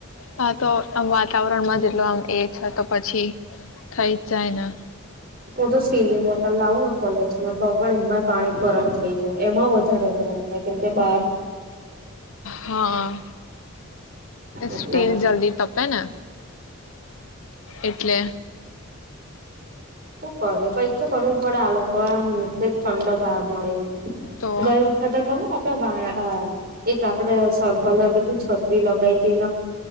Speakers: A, on the left; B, on the right.
A: હા તો આ વાતાવરણમાં જેટલો એ છે તો પછી થઈ ચાઈના
B: ઉ તો સ્ટીલની બોટલ લાવ કોલેજ તો પણ એમાં પાણી ગરમ થઈ એમાં વધારે ગરમ થાય કેમ કે બાર
A: હા
B: એટલે
A: સ્ટીલ
B: હ
A: જલ્દી તપ છે ને એટલે
B: શું કરે કંઈક તો કરરવું પડે આ લોકો આમ મુહ પ ઠંડક આવે મળે
A: તો
B: ગયો વખત તો ખબર આપ આપ એક આપડે સકલ બધું છત્રી લગાવતી